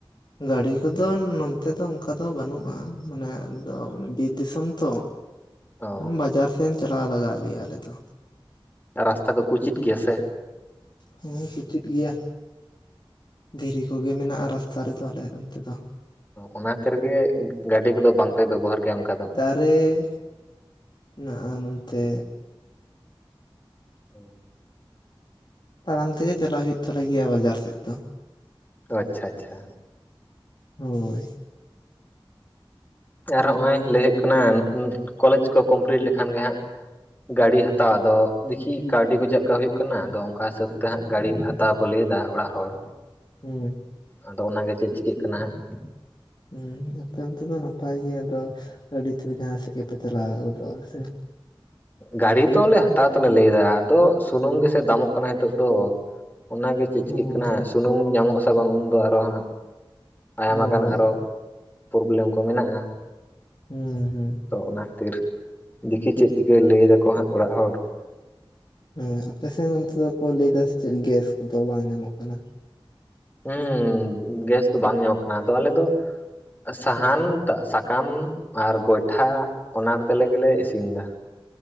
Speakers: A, on the left; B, on the left.
A: ᱜᱟᱹᱰᱤ ᱠᱚᱫᱚ ᱱᱚᱱᱛᱮ ᱫᱚ ᱚᱱᱠᱟ ᱫᱚ ᱵᱟᱹᱱᱩᱜᱼᱟ ᱢᱟᱱᱮ ᱟᱫᱚ ᱵᱤᱨ ᱫᱤᱥᱚᱢ ᱛᱚ
B: ᱚ
A: ᱵᱟᱡᱟᱨ ᱥᱮ ᱪᱟᱞᱟᱣ ᱞᱟᱜᱟᱜ ᱞᱮᱭᱟ ᱟᱞᱮ ᱫᱚᱼᱼ
B: ᱨᱟᱥᱛᱟ ᱠᱚ ᱠᱩᱪᱮᱫ ᱜᱮᱭᱟ ᱥᱮᱼᱼ
A: ᱦᱮᱸ ᱠᱩᱪᱮᱫ ᱜᱮᱭᱟ᱾ ᱫᱷᱤᱨᱤ ᱠᱚᱜᱮ ᱢᱮᱱᱟᱜᱼᱟ ᱨᱟᱥᱛᱟ ᱨᱮᱫᱚ ᱟᱞᱮ ᱚᱱᱛᱮ ᱫᱚᱼᱼ
B: ᱚᱱᱟ ᱠᱷᱛᱮᱤᱨᱜᱮ ᱜᱟᱹᱰᱤ ᱠᱚᱫᱚ ᱵᱟᱝᱯᱮ ᱵᱮᱵᱚᱦᱟᱨ ᱜᱮᱭᱟ ᱚᱱᱠᱟ ᱫᱚ
A: ᱨᱮ ᱦᱮᱱᱟᱜᱼᱟ ᱱᱚᱱᱛᱮᱼᱼ
B: ᱦᱳ
A: ᱛᱟᱲᱟᱢ ᱛᱮᱜᱮ ᱪᱟᱞᱟᱜ ᱦᱩᱭᱩᱜ ᱛᱟᱞᱮ ᱜᱮᱭᱟ ᱵᱟᱡᱟᱨ ᱥᱮᱫ ᱫᱚ
B: ᱟᱪᱪᱷᱟ ᱟᱪᱪᱷᱟ
A: ᱦᱳᱭ
B: ᱟᱨ ᱦᱚᱸᱜᱼᱚᱭ ᱞᱟᱹᱭ ᱦᱩᱭᱩᱜ ᱠᱟᱱᱟ ᱠᱚᱞᱮᱡᱽ ᱠᱚ ᱠᱚᱢᱯᱞᱤᱴ ᱞᱮᱠᱷᱟᱱ ᱜᱮ ᱦᱟᱸᱜᱼᱼ ᱜᱟᱹᱰᱤ ᱦᱟᱛᱟᱣ ᱟᱫᱚ ᱫᱮᱠᱷᱤ ᱠᱟᱹᱣᱰᱤ ᱠᱚ ᱪᱮᱫᱮᱠᱟ ᱦᱩᱭᱩᱜᱜ ᱠᱟᱱᱟ ᱟᱫᱚ ᱚᱱᱠᱟ ᱦᱤᱥᱟᱹᱵ ᱛᱮ ᱦᱟᱸᱜ ᱜᱟᱹᱰᱤ ᱦᱟᱛᱟᱣ- ᱠᱚ ᱞᱟᱹᱭᱟ ᱫᱟ ᱚᱲᱟᱜ ᱦᱚᱲᱼᱼ
A: ᱦᱩᱸ
B: ᱟᱫᱚ ᱚᱱᱟᱜᱮ ᱪᱮᱫ ᱪᱤᱠᱟᱹᱜ ᱠᱟᱱᱟ ᱦᱟᱸᱜᱼᱼ
A: ᱦᱮᱸ ᱟᱯᱮ ᱚᱱᱛᱮ ᱫᱚ ᱱᱟᱯᱟᱭ ᱜᱮ ᱟᱫᱚ ᱟᱹᱰᱤ ᱛᱮᱫ ᱡᱟᱦᱟᱸ ᱥᱮᱫ ᱜᱮᱯᱮ ᱪᱟᱞᱟᱣ ᱜᱚᱫᱚᱜᱼᱟ ᱥᱮᱼᱼ
B: ᱜᱟᱹᱰᱤ ᱛᱚᱞᱮ ᱦᱟᱛᱟᱣ ᱛᱮᱞᱮ ᱞᱟᱹᱭ ᱮᱫᱟ ᱟᱫᱚ ᱥᱩᱱᱩᱢ ᱜᱮᱥᱮ ᱫᱟᱢᱚᱜ ᱠᱟᱱᱟ ᱱᱤᱛᱚᱜ ᱫᱚᱼᱼ ᱚᱱᱟᱜᱮ ᱪᱮᱫ ᱪᱤᱠᱟᱹᱜ
A: ᱦᱳᱭ
B: ᱠᱟᱱᱟ ᱥᱩᱱᱩᱢ ᱧᱟᱢᱚᱜ ᱟᱥᱮ ᱵᱟᱝ ᱩᱱᱫᱚ ᱟᱨᱚ, ᱦᱟᱸᱜ ᱟᱭᱢᱟ
A: ᱦᱳᱭ
B: ᱜᱟᱱ ᱟᱨᱚ ᱯᱨᱚᱵᱽᱞᱮᱢ ᱠᱚ ᱢᱮᱱᱟᱜᱼᱟ ᱾
A: ᱦᱩᱸ ᱦᱩᱸ ᱾
B: ᱛᱚ ᱚᱱᱟ ᱠᱷᱟᱹᱛᱤᱨ ᱫᱮᱠᱷᱤ ᱪᱮᱫ ᱪᱤᱠᱟᱹᱭ ᱞᱟᱹᱭ ᱫᱟᱠᱚ ᱦᱟᱸᱜ ᱚᱲᱟᱜ ᱦᱚᱲ᱾
A: ᱦᱮᱸ ᱟᱯᱮᱥᱮᱫ ᱚᱱᱛᱮ ᱫᱚ ᱠᱚ ᱞᱟᱹᱭ ᱮᱫᱟ ᱥᱮ ᱪᱮᱫ ᱜᱮᱥ ᱠᱚᱫᱚ ᱵᱟᱝ ᱧᱟᱢᱚᱜ ᱠᱟᱱᱟ᱾
B: ᱦᱮᱸ ᱜᱮᱥ ᱫᱚ ᱵᱟᱝ ᱧᱟᱢᱚᱜ ᱠᱟᱱᱟ ᱟᱫᱚ ᱟᱞᱮ ᱫᱚ ᱥᱟᱦᱟᱱ ᱥᱟᱠᱟᱢ ᱟᱨ ᱜᱚᱭᱴᱷᱟ ᱚᱱᱟ ᱠᱚᱛᱮ ᱞᱮᱜᱞᱮ ᱤᱥᱤᱱ ᱮᱫᱟ᱾